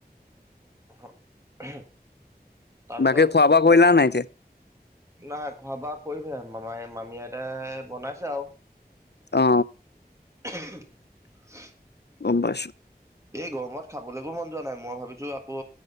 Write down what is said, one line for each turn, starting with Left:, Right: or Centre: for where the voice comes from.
Right: <inaudible> তাৰপিছত
Left: বাকী খোৱা বোৱা কৰিলা নাই এতিয়া
Right: নাই খোৱা বোৱা কৰিমহে মামাই মামীয়ে আইতাই বনাইছে আউ
Left: অ
Right: <inaudible>
Left: গম পাইছো
Right: এই গৰমত খাবলৈকো মন যোৱা নাই মই ভাবিছো আকৌ